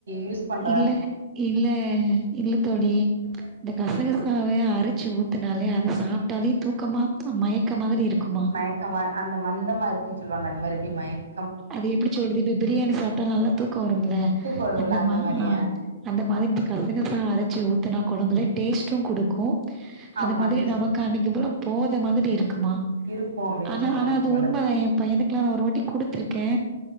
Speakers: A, on the right; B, on the right.
A: யூஸ் பண்
B: இல்ல இல்ல இல்ல தோழி
A: <inaudible>
B: இந்த கசக சாவைய அரச்சு ஊத்தினாலே அத சாப்பிட்டாலே தூக்கமா மயக்க மாரி இருக்குமா
A: மயக்கமா அந்த மந்தமா இருக்குனு சொல்வாங்க அந்த மாரி அப்படி மயக்
B: அது எப்டி சொல்றது இப்ப பிரியாணி சாப்டா நல்லா தூக்கம் வரும்ல
A: தூக்கம் வரும்ல அந்த
B: மா
A: மாரியா
B: ஆ அந்த மாரி இப்ப கசகசா அரைச்ச ஊத்துனா கொழம்புல டேஸ்ட்டும் குடுக்கும் அது
A: ஆமா
B: மாதிரி
A: டேஸ்ட்
B: நமக்கு
A: குடுக்கு
B: அன்னைக்கி போத மாதிரி இருக்குமா
A: இருக்கு அப்டின்னு
B: ஆனா
A: சொல்லுவாங்க
B: ஆனா அது
A: போல
B: உண்மதா பையனுக்குல்லா நா ஒரு வாட்டி குடுத்துருக்கே